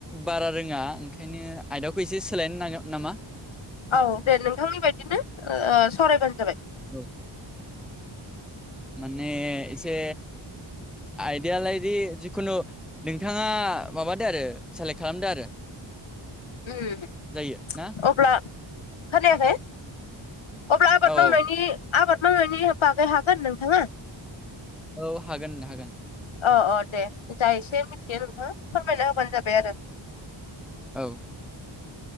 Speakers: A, in the centre; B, on the left.
A: बारा रोङा ओंखायनो आयदाखौ एसे सोलायनो नांगोन नामा
B: औ दे नोंथांनि बायदिनो सरायबानो जाबाय
A: औ माने एसे आयडयाालायदि जिखुनु नोंथाङा माबादो आरो सेलेक्ट खालामदो आरो
B: अपब्ला
A: जायो ना
B: खानायाखाय अप
A: औ औ
B: आबाद मावनायनि बागै हागोन नोंथाङा
A: औ हागोन हागोन
B: औ औ दे द एसे मिथियो नोंथाङा फोरमायना होबानो जाबाय आरो
A: औ